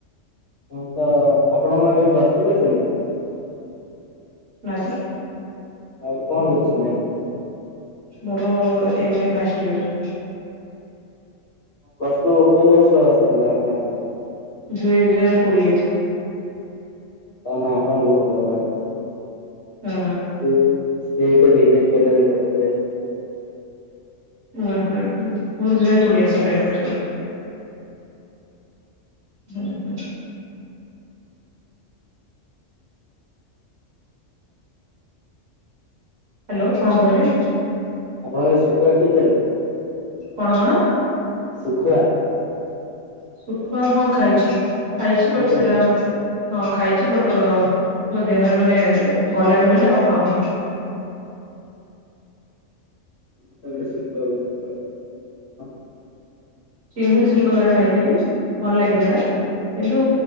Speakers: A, on the left; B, on the right.
A: ହଁ ତ ଆପଣଙ୍କ ଏବେ ପ୍ଲସ ଥ୍ରୀ କରିଚନ୍ତି।
B: ନା ତ।
A: ଆଉ ଏବେ କଣ କରୁଚନ୍ତି ଆପଣ?
B: ମୋର M A first year.
A: Plus two କୋଉ ବର୍ଷସାରିଲ ଆପଣଙ୍କ?
B: ଦୁଇ ହଜାର କୋଡିଏ।
A: ତାନେ ଆପଣ ବହୁତ ବଡ <unintelligible>
B: ହୁଁ।
A: ସେ ବି ସେ ବିଜେପି କଲେଜ ରେ କରିଥିଲେ।
B: ଉଁ ହଁ ମର୍ ଦି ହଜାର କଡିଏ ରୁ ସରଲାଣି ପ୍ଲସ ଟୁ। ହୁଁ ହୁଁ। ହ୍ୟାଲୋ କଣ କହିଲେ?
A: ଆପଣ ଏ ଶୁକୁଆ ଖାଇଚନ୍ତି?
B: କଣ କଣ?
A: ଶୁଖୁଆ।
B: ଶୁଖୁଆ ହଁ ଖାଇଚି ଖାଇଚି
A: ଖାଇଛନ୍ତି?
B: ବଟ ସେଟା ମତେ ହଁ ଖାଇଚି ବଟ ମୋ ଦେହରେ ମାନେ ଗଲାନି ବୋଲି ଆଉ ଖାଉନି।
A: <unintelligible> ହ
B: ଚିଙ୍ଗୁଡି ସୁଖୁଆ ଥରେ ଖାଇଥିଲି ଭଲ ଲାଗିଥିଲା। କିନ୍ତୁ